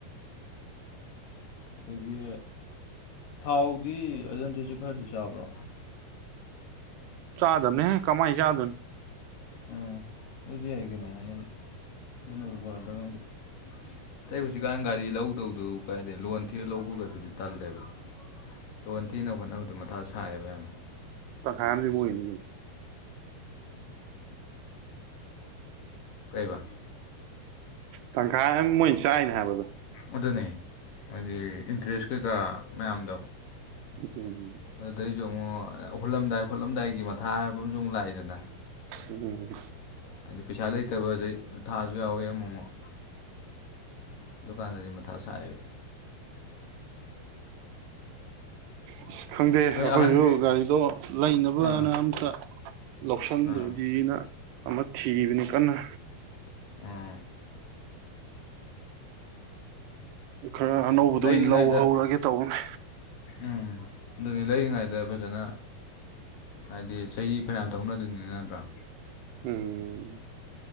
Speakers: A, on the left; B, on the right.
A: ꯑꯗꯒꯤ ꯊꯥꯎꯗꯤ ꯑꯣꯖꯦꯟꯗꯁ ꯈꯔꯗꯤ ꯆꯥꯕ꯭ꯔꯣ
B: ꯆꯥꯗꯗꯝꯅꯦ ꯀꯃꯥꯏ ꯆꯥꯗꯅꯤ
A: ꯎꯝ ꯑꯗꯨꯗꯤ ꯌꯥꯏ ꯀꯩꯅꯣ ꯑꯃ ꯑꯗꯨ ꯅꯧꯕꯕꯗ꯭ꯔꯥꯡꯗ ꯑꯇꯩ ꯍꯧꯖꯤꯛꯀꯥꯟ ꯒꯥꯔꯤ ꯂꯧꯗꯧꯗꯨ ꯀꯥꯏꯗ ꯂꯣꯟ ꯊꯤꯔ ꯂꯧꯕꯒ ꯑꯗꯨꯗꯤ ꯇꯜꯂꯦꯕ ꯂꯣꯟ ꯊꯤꯅ ꯍꯣꯠꯅꯕꯗꯣ ꯃꯊꯥ ꯁꯥꯏꯌꯦꯕ ꯌꯥꯝꯅ
B: ꯇ ꯈꯥꯏꯝꯗꯤꯕꯨꯣꯏ ꯀ
A: ꯀꯩꯕꯥ
B: ꯇꯪꯈꯥꯏ ꯑꯃ ꯃꯣꯏꯅ ꯆꯥꯏꯅꯦ ꯍꯥꯏꯕꯗꯣ
A: ꯑꯗꯨꯅꯦ ꯍꯥꯏꯗꯤ ꯏꯟꯇꯔꯦꯁ ꯀꯩꯀꯥ ꯃꯌꯥꯝꯗꯣ
B: ꯎꯝ
A: ꯑꯗꯨꯗꯩꯁꯨ ꯑꯃꯨꯛ ꯍꯨꯜꯂꯝꯗꯥꯏ ꯈꯣꯠꯂꯝꯗꯥꯏꯒꯤ ꯃꯊꯥ ꯍꯥꯏꯕ ꯑꯃꯁꯨ ꯑꯃꯨꯛ ꯂꯥꯛꯏꯗꯅ
B: ꯎꯝ
A: ꯍꯥꯏꯗꯤ ꯄꯩꯁꯥ ꯂꯩꯇꯕꯁ ꯊꯥꯁꯨ ꯌꯥꯎꯋꯤ ꯑꯃꯨ ꯑꯃꯨꯛ
B: ꯎꯝ <unintelligible>
A: ꯑꯗꯨꯀꯥꯟꯗꯗꯤ ꯃꯊꯥ ꯁꯥꯏꯌꯦꯕ
B: ꯑꯁ ꯈꯪꯗꯦ ꯑꯩꯈꯣꯏꯁꯨ
A: ꯅꯣꯏ ꯑꯍꯟ
B: ꯒꯥꯔꯤꯗꯣ ꯂꯩꯅꯕꯅ
A: ꯑꯥ
B: ꯑꯝꯇ ꯂꯧꯁꯤꯟꯗ꯭ꯔꯗꯤꯅ
A: ꯑꯥ
B: ꯑꯃ ꯊꯤꯕꯅꯤ ꯀꯟꯅ
A: ꯑꯥ
B: ꯈꯔ ꯑꯅꯧꯕꯗ
A: ꯂꯩꯔꯤꯉꯩꯗ
B: ꯑꯣꯏꯅ ꯂꯧ ꯍꯧꯔꯒꯦ ꯇꯧꯕꯅꯦ
A: ꯎꯝ ꯑꯗꯨꯅꯤ ꯂꯩꯔꯤꯉꯩꯗ ꯐꯖꯅ ꯍꯥꯏꯗꯤ ꯆꯍꯤ ꯐꯅꯌꯥꯝ ꯊꯣꯛꯧꯅꯗꯣꯏꯅꯤꯅ ꯅꯠꯇ꯭ꯔꯥ
B: ꯎꯝ